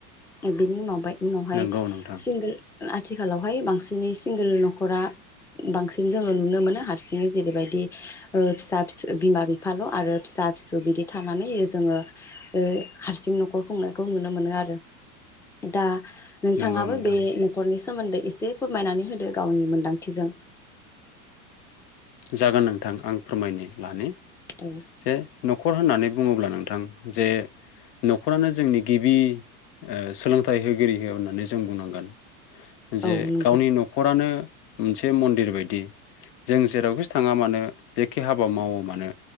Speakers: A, in the centre; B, on the left (about 80°).
A: बिनि उनाव ओमफाय उनावहाय
B: नोंगौ नोंथां
A: सिंगोल ओ आथिखालावहाय बांसिनै सिंगोल न'खरा बांसि न जोङो नुनो मोनो हारसिङै जेरैबायदि ओ फिसा फिस बिमा बिफाल' आरो फिसा फिसौ बिदि थानानै जोङो ओ हारसिं न'खर खुंनायखौ नुनो मोनो आरो दा नोंथाङाबो
B: नोंगौ नोंथां
A: बे न'खरनिस सोमोन्दै एसे फोरमायनानै होदो गावनि मोनदांथिजों
B: जागोन नोंथां आं फोरमायनि लानि
A: औ
B: जे न'खर होननानै बुङोब्ला नोंथां जे न'खरानो जोंनि गिबि ओ सोलोंथाइ होगिरि हो होननानै जों बुंनांगोन जे
A: औ नंगौ
B: गावनि न'खरानो मोनसे मन्दिर बायदि जों जेरावखि थाङा मानो जेखि हाबा मावा मानो